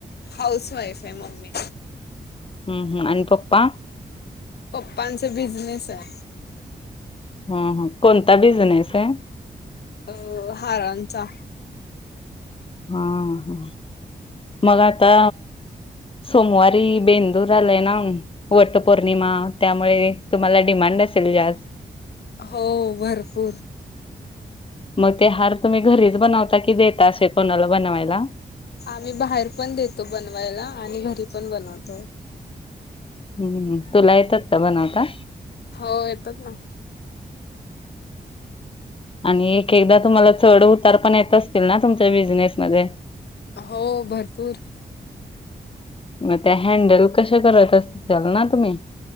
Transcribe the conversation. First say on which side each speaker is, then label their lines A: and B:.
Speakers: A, on the left (about 85°); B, on the left (about 35°).
A: हाऊस वाईफ आहे मम्मी
B: हं हं आणि पप्पा
A: पप्पांचा बिजनेस आहे.
B: हं हं कोणता बिझनेस आहे?
A: अ हारांचा
B: हा ह मग आता सोमवारी बेंदूर आलय ना वट पौर्णिमा त्यामुळे तुम्हाला डिमांड सलजाज
A: हो भरपूर
B: मग ते हार तुम्ही घरीच बनवता की देता असे कोणाला बनवायला
A: आम्ही बाहेर पण देतो बनवायला आणि घरी पण बनवतो
B: हम्म तुला येतात का बनवता?
A: हो येतात ना.
B: आणि एक एकदा तुम्हाला चढ उतार पण येत असतील ना तुमच्या बिझनेसमध्ये.
A: हो भरपूर.
B: मग त्या हॅडल कश करत असल ना तुम्ही?